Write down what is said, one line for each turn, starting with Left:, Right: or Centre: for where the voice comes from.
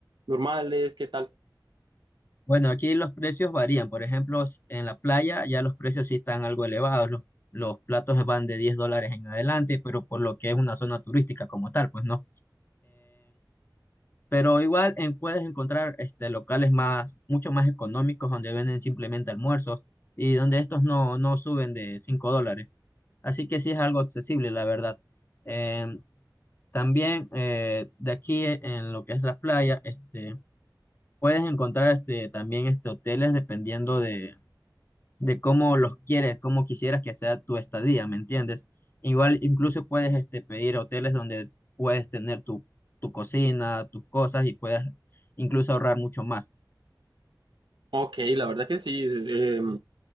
Right: normales? ¿Qué tal?
Left: Bueno, aquí los precios varían. Por ejemplo, s- en la playa ya los precios sí están algo elevados. Los, los platos van de 10 dólares en adelante, pero por lo que es una zona turística como tal, pues no. Pero igual en- puedes encontrar este, locales más, mucho más económicos donde venden simplemente almuerzos y donde estos no, no suben de 5 dólares. Así que sí es algo accesible, la verdad. Eh, también eh, de aquí eh, en lo que es la playa, este, puedes encontrar este, también este, hoteles dependiendo de de cómo los quieres, cómo quisieras que sea tu estadía, ¿me entiendes? Igual incluso puedes este, pedir hoteles donde puedes tener tu, tu cocina, tus cosas y puedes incluso ahorrar mucho más.
Right: Ok, la verdad que sí, eh,